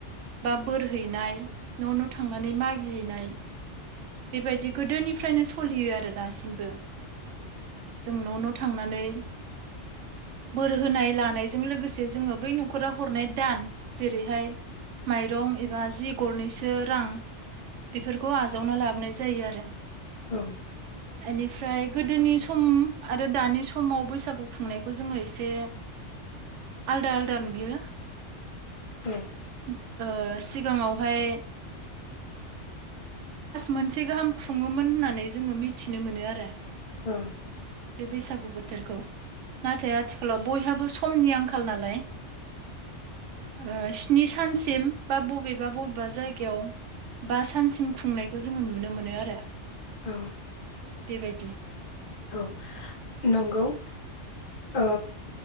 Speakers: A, on the right; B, on the left.
A: बा बोरहैनाय । न' न' थांनानै मागिहैनाय बेबायदि गोदोनि निफ्रायनो सलियो आरो दासिमबो जों न' न' थांनानै बोर होनाय लानायजों लोगोसे जोङो बै न'खरा हरनाय दान जेरैहाय माइरं एबा जि गरनैसो रां बेफोरखौ आजावना ला नाय जायो आरो
B: औ
A: इनिफ्राइ गोदोनि सम आरो दानि समाव बैसागु खुंनायखौ जोङो एसे आलदा आलदा नुयो
B: औ
A: ओ सिगांआवहाय मोनसे गाहाम खुङोमोन होननानै जोङो मिथिनो मोनो आरो ।
B: औ
A: बे बैसागु बोथोरखौ नाथाय आथिखालाव बयहाबो समनि आंखाल नालाय ओ स्नि सानसिम बा बबेबा बबेबा जायगायाव बा सानसिम खुंनाय खौ जोङो नुनो मोनो आरो ।
B: औ
A: बेबायदि
B: औ नंगौ । ओ